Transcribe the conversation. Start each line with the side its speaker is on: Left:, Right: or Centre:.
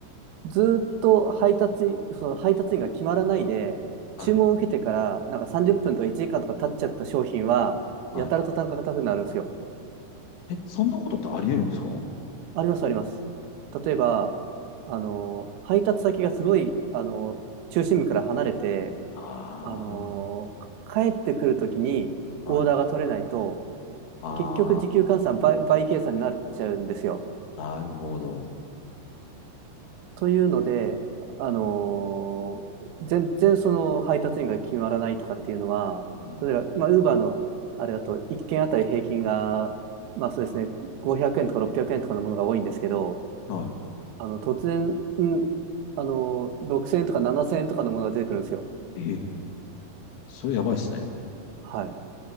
Right: ずーっと配達、その配達員が決まらないで、
Left: はい、
Right: 注文を受けてから、なんか30分とか1時間とか経っちゃった商品は、
Left: は
Right: やたらと単価が高くなるんですよ。
Left: い。え、そんなことってあり得るんですか
Right: あります、あります。例えば、あの、配達先がすごい、あの、中心部から離れて、
Left: あ
Right: あの、帰ってくるときにオーダーが取れないと、
Left: あー、はい。あ
Right: 結局時給換算倍、倍計算になっちゃうんですよ。
Left: あ、なるほど。
Right: というので、あのー全然その配達員が決まらないとかっていうのは、
Left: うん、
Right: 例えば、まあ、ウーバーのあれだと1件あたり平均が、まあそうですね、500円とか600円とかのものが多いんですけど、
Left: は
Right: あの突然、うんあのー6000円とか7000円とかのものが出てくるんですよ。
Left: い。え、それやばいっすね。
Right: はい。